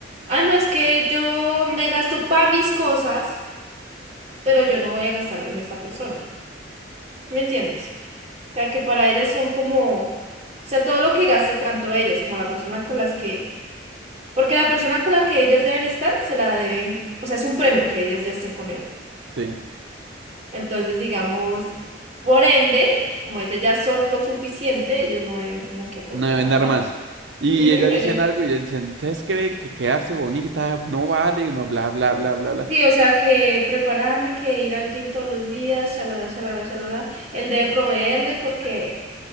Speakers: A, on the right; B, on the right.
A: ah, no, es que yo me gasto para mis cosas, pero yo no voy a gastar en esta persona. ¿Sí me entiendes? O sea, que para ellas son como... O sea, todo lo que gaste tanto ellas como la persona con las que Porque la persona con la que ellas deben estar, se la deben, o sea, es un premio que ellas ya estén con él.
B: sí,
A: Entonces, digamos, por ende, como ellas ya son lo suficiente, ellas no deben como que aportar
B: no deben dar
A: más.
B: más. Y
A: Ujú,
B: ellas dicen
A: ellas-
B: algo y ellas dicen, ¿ustedes creen que quedarse bonita no vale? Y uno bla, bla, bla, bla, bla.
A: Sí, o sea, que prepararme, que ir al gym todos los días, shalala, shalala, shalala. Él debe proveerme porque